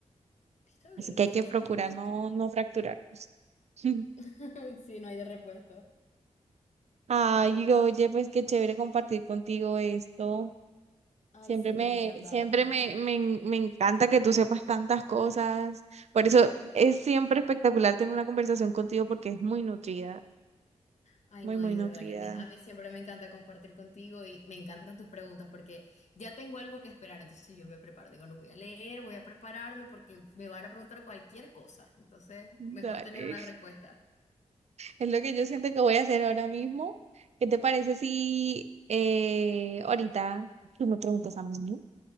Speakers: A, on the left; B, on the right.
A: está bien,
B: Así que
A: viste,
B: hay que
A: eso
B: procurar
A: es un dato.
B: no, no fracturarnos. <laughs>
A: <laughs> Sí, no hay de repuesto.
B: Ay, oye, pues qué chévere compartir contigo esto.
A: Ay,
B: Siempre
A: sí,
B: me,
A: me han encantado.
B: siempre me, me, en- me encanta que tú sepas tantas cosas. Por eso es siempre espectacular tener una conversación contigo porque es muy nutrida,
A: Ay,
B: muy,
A: no,
B: muy
A: y de
B: nutrida.
A: verdad que a mí, a mí siempre me encanta compartir contigo y me encantan tus preguntas porque ya tengo algo que esperar, entonces yo me preparo, digo, no voy a leer, voy a prepararme porque me van a preguntar cualquier cosa, entonces
B: Dale.
A: mejor tener una respuesta.
B: Es lo que yo siento que voy a hacer ahora mismo. ¿Qué te parece si eh, ahorita tú me preguntas a mí? ¿no?